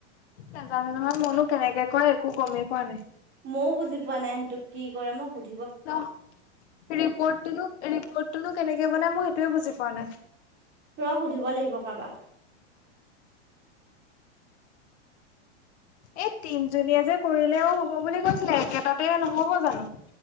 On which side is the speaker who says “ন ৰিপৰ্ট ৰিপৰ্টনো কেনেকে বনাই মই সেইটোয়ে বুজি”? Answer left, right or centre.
Left